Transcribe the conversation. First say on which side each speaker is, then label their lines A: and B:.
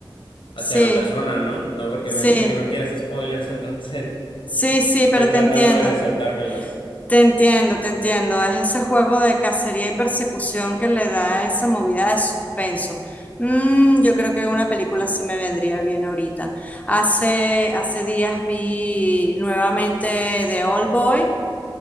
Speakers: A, on the left; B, on the left.
A: Sí,
B: hacia la persona, ¿no? No, porque
A: sí,
B: me dijiste que no quieres spoilers, <laughs> entonces
A: sí, sí,
B: estoy
A: pero
B: tratando
A: te entiendo.
B: de saltármelos.
A: Te entiendo, te entiendo. Es ese juego de cacería y persecución que le da esa movida de suspenso. Mm, yo creo que una película sí me vendría bien ahorita. Hace, hace días vi nuevamente The Old Boy